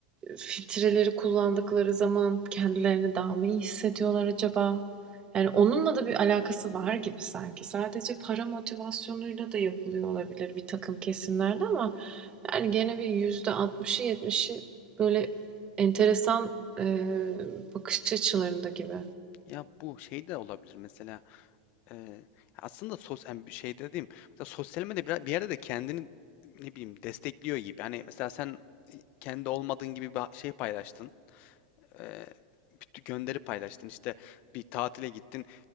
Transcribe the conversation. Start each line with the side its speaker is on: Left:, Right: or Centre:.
Right: Filtreleri kullandıkları zaman kendilerini daha mı iyi hissediyorlar acaba? Yani onunla da bir alakası var gibi sanki. Sadece para motivasyonuyla da yapılıyor olabilir bir takım kesimlerde ama yani gene bir yüzde 60'ı 70'i böyle enteresan e, bakış açılarında gibi.
Left: Ya bu şey de olabilir mesela e, aslında sos yani bir şey dediğim mesela sosyal medya bir, bir yerde de kendini ne bileyim destekliyor gibi. Hani mesela sen kendi olmadığın gibi bir şey paylaştın e, bir gönderi paylaştın. İşte bir tatile gittin.